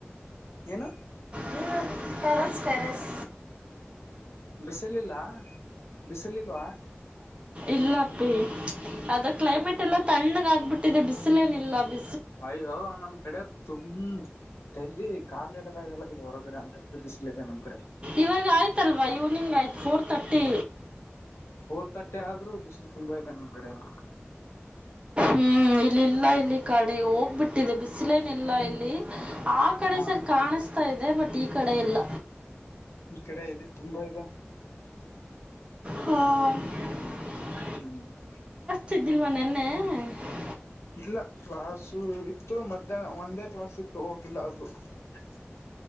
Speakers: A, on the left; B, on the right.
A: ಏನು
B: ನ್ಯೂಯಾರ್ಕ್ ಪ್ಯಾರಸ್ ಪ್ಯಾರಸ್
A: ಬಿಸಿಲಾ ಬಿಸಿಲಿಲ್ಲ
B: ಇಲ್ಲಪ್ಪಿ ಅದ ಕ್ಲೈಮೇಟ್ ಎಲ್ಲ ತಣ್ಣಗ ಆಗ್ಬಿಟ್ಟಿದೆ ಬಿಸಿಲೇನಿಲ್ಲ ಬ
A: ಅಯ್ಯೋ ನಮ್ ಕಡೆ ತುಮ ತಲ್ಲಿ ಕಾಲಿಡದಾಗಲ್ಲಾಗಿದೆ ಹೊರಗಡೆ ಅಂತದು ಬಿಸ್ಲ ಇಿದೆ ನಮ್ ಕಡೆ
B: ಇವಾಗ ಆಯ್ತಲ್ವಾ ಈವ್ನಿಂಗ್ ಆಯ್ತು ಫೋರ್ ತರ್ಟಿ
A: ಫೋರ್ ತರ್ಟಿ ಆದ್ರೂ ಬಿಸಿಲು ತುಂಬಾ ಐತೆ ನಮ್ ಕಡೆನ
B: ಹ್ಮ್ ಇಲ್ಲಿ ಇಲ್ಲ ಇಲ್ಲಿ ಕಡೆ ಹೋಗ್ಬಿಟ್ಟಿದೆ ಬಿಸಿಲೇನ ಇಲ್ಲ ಇಲ್ಲಿ ಆ ಕಡೆ
A: ಹಾ
B: ಸರಿ ಕಾಣಿಸ್ತಾ ಇದೆ ಬಟ್ ಈ ಕಡೆ ಇಲ್ಲ
A: ಈ ಕಡೆ ಇದೆ ತುಂಬಾ ಇದು
B: ಹಾ. <unintelligible>
A: ಹ್ಮ್, ಹ್ಮ್. <inaudible>
B: ತಿಂದಿಲ್ವ ನಿನ್ನೆ? <inaudible>
A: ಇಲ್ಲ, ಕ್ಲಾಸು, ಇತ್ತು ಮಧ್ಯಾಹ್ನ! ಒಂದೇ ಕ್ಲಾಸ್ ಇತ್ತು ಹೋಗಿಲ್ಲ ಅದು? <unintelligible>